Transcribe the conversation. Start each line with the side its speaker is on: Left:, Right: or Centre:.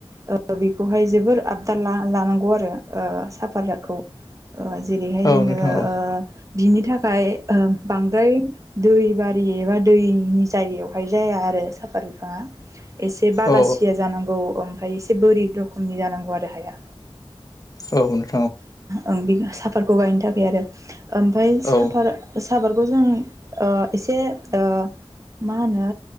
Right: ओ बेखौहाय जोबोर आबदाल ला-लानांगौ आरो ओ साफाराखौ जेरैहाय
Left: औ
Right: जोङो
Left: नोंथां औ
Right: बिनि थाखाय ओ बांद्राय दैबारि एबा दैनि जायगायावहाय जाया आरो साफा बिफांआ एसे बालासिया
Left: औ
Right: जानांगौ ओम फाय एसे बोरि रोखोमनि जानांगौ आरो हाया।
Left: औ नों
Right: ओम बे साफादखौ गायनो थाखाय आरो। ओमफ्राय साफार
Left: औ
Right: साफार खौ जों ओ एसे ओ मा होनो